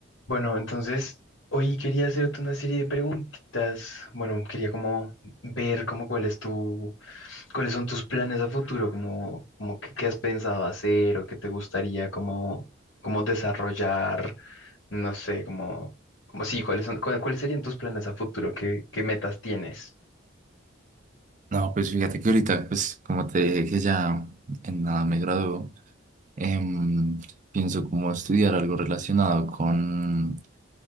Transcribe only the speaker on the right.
No, pues fíjate que ahorita, pues como te dije que ya en nada me gradúo, em, pienso como estudiar algo relacionado con